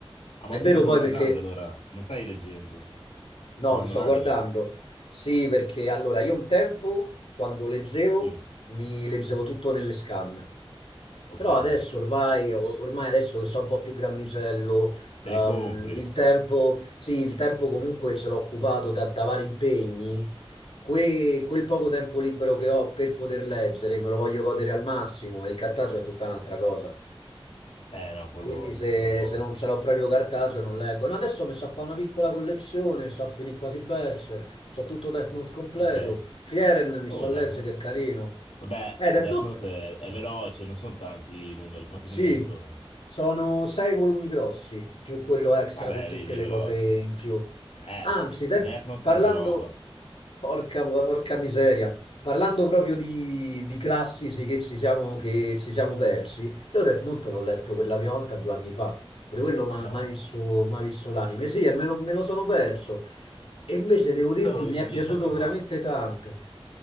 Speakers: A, on the left (about 85°); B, on the left (about 70°).
A: Ah,
B: È
A: ma lo
B: vero
A: stai proprio
B: poi
A: guardando
B: perché
A: allora? Non stai leggendo?
B: No,
A: Stai guardando
B: lo sto
A: l'anime?
B: guardando. Sì, perché allora io un tempo, quando leggevo,
A: Sì,
B: mi leggevo tutto nelle scan.
A: ok.
B: Però adesso ormai, o- ormai adesso che sono un po' più grandicello, ehm,
A: Te li compri?
B: il tempo, sì, il tempo comunque ce l'ho occupato da, da vari impegni. Que- quel poco tempo libero che ho per poter leggere me lo voglio godere al massimo e il cartaggio è tutta un'altra cosa.
A: Eh no, quello
B: Quindi
A: ovvio,
B: se,
A: quello ovvio.
B: se non ce l'ho proprio cartaceo non leggo. No, adesso mi sa fare una piccola collezione, sto a finire quasi Berserk, so tutto Death Note completo.
A: Ok.
B: Frieren mi
A: Oh,
B: sto a
A: Death
B: leggere
A: Note.
B: che è carino.
A: Vabbè,
B: Eh, Death
A: Death
B: Note,
A: Note è, è veloce, non sono tanti i numeri. Quanti
B: sì,
A: numeri sono?
B: sono sei volumi grossi, più quello extra
A: Vabbè,
B: con tutte
A: vedi, è
B: le
A: veloce.
B: cose in più.
A: Eh,
B: Anzi, def-
A: Death Note
B: parlando,
A: tanta roba.
B: porca, porca miseria, parlando proprio di, di classici che ci siamo, che ci siamo persi, io Death Note l'ho letto per la prima volta due anni fa, pure quello ma
A: No.
B: mai visto, mai visto l'anime, sì, e me lo, me lo sono perso. E invece devo dirti,
A: Io l'avrò visto
B: mi è
A: dieci
B: piaciuto
A: anni fa.
B: veramente tanto.